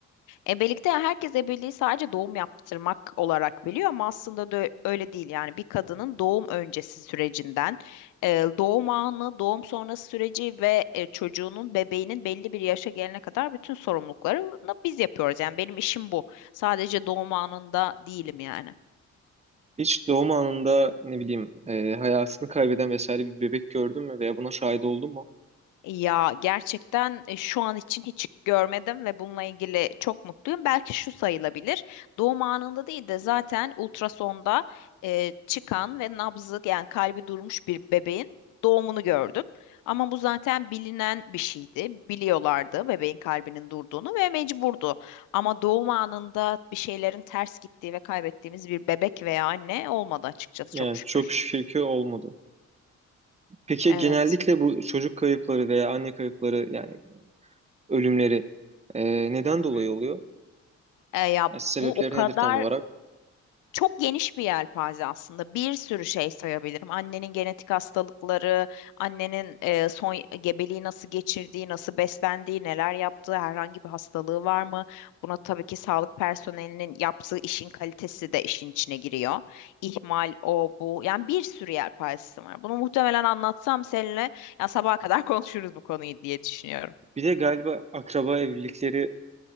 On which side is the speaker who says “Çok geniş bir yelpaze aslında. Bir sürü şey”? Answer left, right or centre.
Left